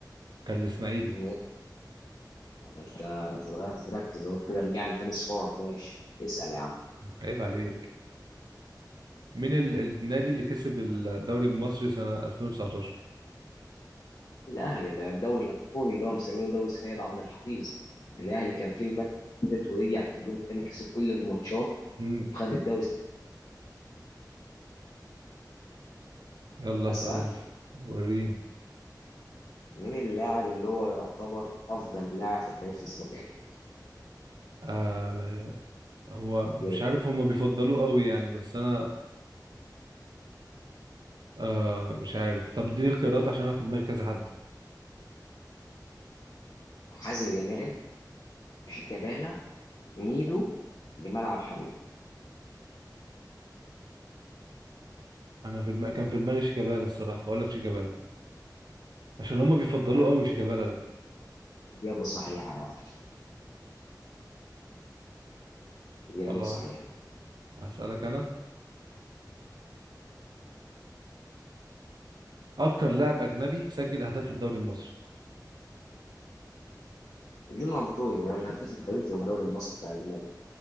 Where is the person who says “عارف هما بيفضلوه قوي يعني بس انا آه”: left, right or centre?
Right